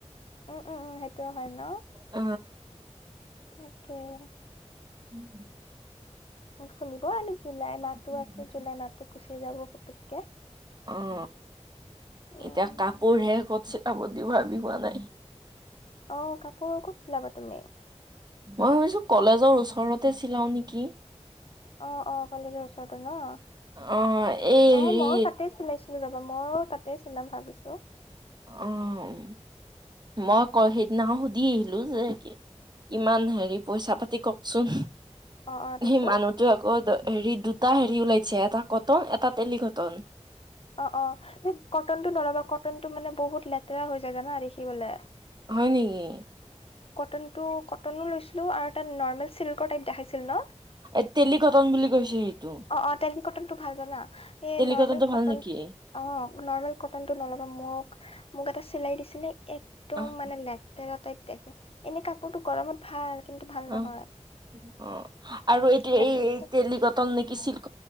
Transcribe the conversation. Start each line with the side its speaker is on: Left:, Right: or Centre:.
Left: উম, উম, উম সেইটো হয় ন
Right: অ
Left: তাকেই।
Right: উম।
Left: খুলিব আৰু জুলাই মাহটো
Right: আৰু
Left: আছে জুলাই মাহতটো গুচি যাব পুতুককে
Right: অ'
Left: উম
Right: এতিয়া কাপোৰ হে ক'ত চিলাব দিও ভাবি পোৱা নাই।
Left: অ' কাপোৰ ক'ত চিলাবা তুমি?
Right: মই ভাবিছো কলেজৰ ওচৰতে চিলাও নেকি?
Left: অ' অ' কলেজৰ ওচৰতে ন'
Right: অ এই
Left: অ'
Right: হেৰি
Left: মইও তাতে চিলাইছিলো ৰ মইও তাতেই চিলাম ভাবিছো।
Right: অ' মই আক সেইদিনা সুধি আহিলো যে কিমান হেৰি পইচা পাতি কওঁক চোন
Left: অ অ তাৰপিছত
Right: সেই মানুহটো আকৌ হেৰি দুটা হেৰি ওলাইছে এটা কটন এটা টেলিকটন।
Left: অ' অ' কটনটো নলবা কটনটো মানে বহুত লেতেৰা হৈ যায় জানা দেখিবলে।
Right: হয় নেকি?
Left: কিন্তু কটনো লৈছিলোঁ আৰু তাত নৰ্মেল চিল্কৰ টাইপ দেখাইছিল ন।
Right: এই টেলিকটন বুলি কৈছে সেইটো।
Left: অ অ তেলী কটনটো ভাল জানা এই
Right: টেলিকটনটো
Left: নৰ্মেল কটন
Right: ভাল নেকি? কি?
Left: অ' নৰ্মেল কটনতটো নল'বা। মোক মোক এটা চিলাই দিছিলে একদম
Right: আহ
Left: মানে লেতেৰা এনে কাপোৰটো গৰমত ভাল, কিন্তু ভাল নহয়।
Right: আহ অ আৰু এটোয়া
Left: লেতেৰা
Right: এই টেলিকটন নেকি ছিল্ক